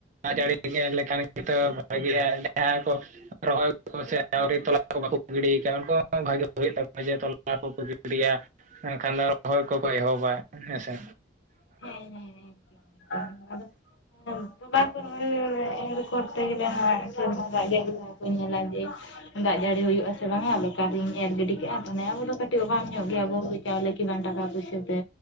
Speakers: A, on the right; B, on the left.
A: ᱫᱟᱜ ᱡᱟᱹᱲᱤ ᱞᱮᱠᱷᱟᱱ ᱜᱮᱛᱚ ᱵᱷᱟᱜᱮᱜᱼᱟ ᱡᱟᱦᱟᱸ ᱠᱚ, ᱨᱚᱦᱚᱭ ᱠᱚ ᱥᱮ ᱟᱹᱣᱨᱤ ᱛᱚᱞᱟ ᱠᱚ ᱵᱟᱠᱚ ᱜᱤᱰᱤᱭ ᱠᱟᱜ ᱩᱱᱠᱩ ᱦᱚᱸ ᱵᱷᱟᱜᱮ ᱦᱳᱭᱳᱜ ᱛᱟᱠᱚᱣᱟ ᱡᱮ ᱛᱚᱞᱟ ᱠᱚᱠᱚ ᱜᱤᱰᱤᱭᱟ ᱾ ᱮᱱᱠᱷᱟᱱ ᱫᱚ ᱨᱚᱦᱚᱭ ᱠᱚᱠᱚ ᱮᱦᱚᱵᱟ ᱦᱮᱸᱥᱮ,
B: ᱦᱮᱸ ᱦᱮᱸ ᱟᱫᱚ ᱛᱩᱞᱟ ᱨᱚᱦᱚᱭ ᱨᱮ, ᱮᱨ ᱠᱚᱨᱛᱮ ᱜᱮᱞᱮ ᱱᱚᱣᱟ ᱥᱮᱨᱢᱟ ᱫᱟᱜ ᱡᱟᱹᱲᱤ ᱚᱱᱟᱠᱚ ᱧᱮᱞᱟᱭ ᱡᱮ ᱫᱟᱜ ᱡᱟᱹᱲᱤ ᱦᱩᱭᱩᱜ ᱟᱥᱮ ᱵᱟᱝᱼᱟ ᱵᱮᱠᱟᱨᱤᱧ ᱮᱨ ᱜᱤᱰᱤ ᱠᱟᱜᱼᱟ, ᱛᱟᱱᱮ ᱟᱵᱚ ᱫᱚ ᱠᱟᱹᱴᱤᱡ ᱚᱵᱟᱝ ᱧᱚᱜ ᱜᱮᱭᱟ ᱵᱚᱱ ᱦᱩᱲᱩ ᱪᱟᱣᱞᱮ ᱠᱤᱱᱟᱱ ᱴᱟᱠᱟ ᱯᱩᱭᱥᱟᱹ ᱛᱮ,